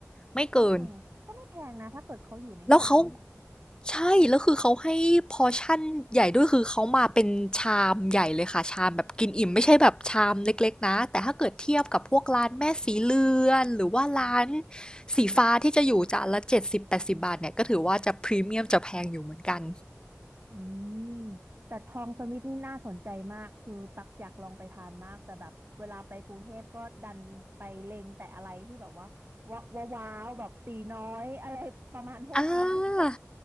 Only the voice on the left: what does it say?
ไม่เกิน
แล้วเขาใช่แล้วคือเขาให้พอชั่นใหญ่ด้วยคือเขามาเป็นชามใหญ่เลยค่ะชามแบบกินอิ่มไม่ใช่แบบชามเล็กๆนะแต่ถ้าเกิดเทียบกับพวกร้านแม่สีเรือนหรือว่าร้านสีฟ้าที่จะอยู่จานละเจ็ดสิบแปดสิบบาทเนี่ยก็ถือว่าจะพรีเมียมจะแพงอยู่เหมือนกัน
อา